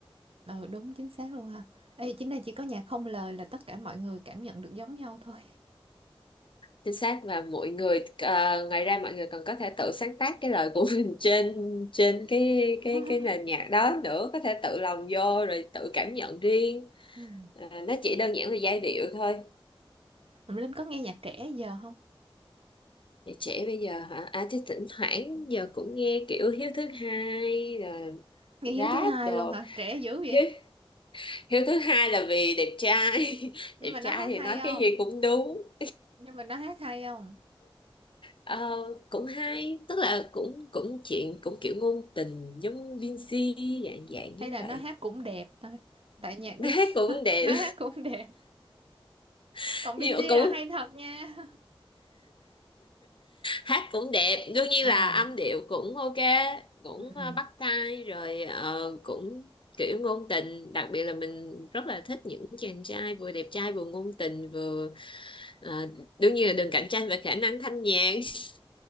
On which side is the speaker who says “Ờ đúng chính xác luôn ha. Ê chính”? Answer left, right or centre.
Right